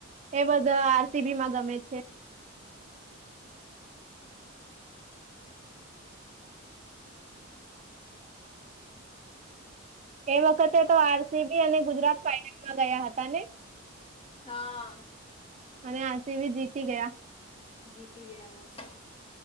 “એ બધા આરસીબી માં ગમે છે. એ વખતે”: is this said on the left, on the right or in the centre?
Right